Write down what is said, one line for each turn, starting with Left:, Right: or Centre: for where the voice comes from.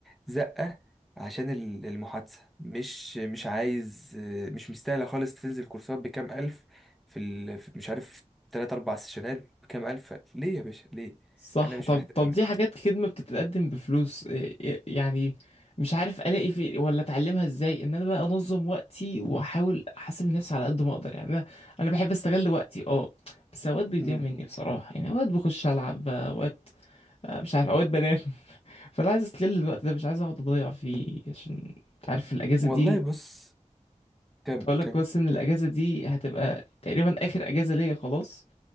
Centre: زقه عشان ال- المحادثه مش مش عايز مش مستاهله خالص تنزل كورسات بكام الف في, ال... في مش عارف تلات اربع سيشنات بكام الف ليه يا باشا ليه
Left: صح
Centre: انا مش
Left: طب
Centre: محتاج
Left: طب دي حاجات خدمة بتتقدم بفلوس إيه- إيه- يعني مش عارف الاقي في ولا اتعلمها ازاي ان انا بقى انظم وقتي واحاول احاسب نفسي على قد ما اقدر يعني انا انا بحب استغل وقتي اه بس اوقات بيضيع
Centre: مم.
Left: مني بصراحة يعني اوقات بخش العب اوقات آه، مش عارف اوقات بنام <laughs> فانا عايز استغل الوقت ده مش عايز اقعد اضيع فيه عشان انت عارف الاجازة
Centre: والله
Left: دي
Centre: بص كمل
Left: كنت اقول لك
Centre: كمل
Left: بس ان الاجازة دي هتبقى تقريبا اخر اجازة ليا خلاص